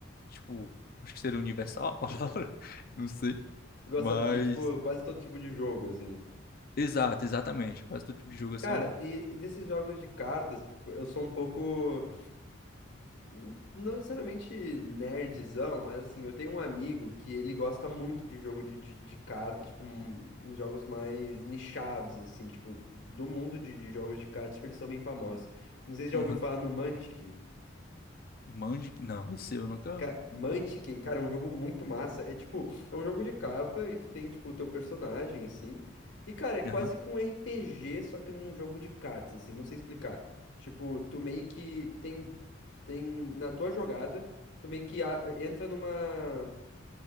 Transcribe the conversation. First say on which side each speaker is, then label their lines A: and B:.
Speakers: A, on the left; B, on the left.
A: tipo, acho que seria universal a palavra, <laughs> não sei,
B: Tu gosta
A: mas,
B: de, tipo, quase todo tipo de jogo, assim.
A: exato, exatamente, quase todo tipo de jogo assim,
B: Cara,
A: eu...
B: e, e desses jogos de cartas, tipo, eu sou um pouco, n- não necessariamente nerdzão, mas assim, eu tenho um amigo que ele gosta muito de jogo de, de, de carta, tipo, um- uns jogos mais nichados, assim, tipo, do mundo de, de jogos de cartas, tipo, eles são bem famosos. Não sei se já
A: Aham,
B: ouviu falar no Munchkin.
A: Mandic, não, esse eu nunca...
B: Ca- Munchkin, cara, é um jogo muito massa. É tipo, é um jogo de carta e tu tem, tipo, o teu personagem, assim. E, cara, é quase
A: Aham,
B: que um RPG, só que num jogo de cartas, assim, não sei explicar. Tipo, tu meio que. Tu tem. Tu tem. Na tua jogada, tu meio que a- entra numa.